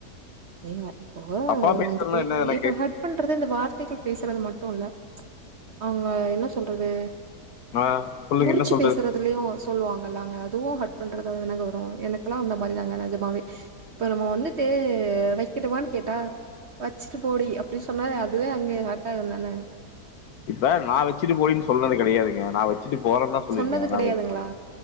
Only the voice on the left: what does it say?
தப்பா பேசுறதுனா
என்ன எனக்கு
ஆ சொல்லுங்க
என்ன சொல்றது
இப்ப நா வெச்சுட்டு போடின்னு சொன்னது கெடையாதுங்க நா வ வெச்சிட்டு போறேன் தா சொல்லியிருக்கே
ஆனா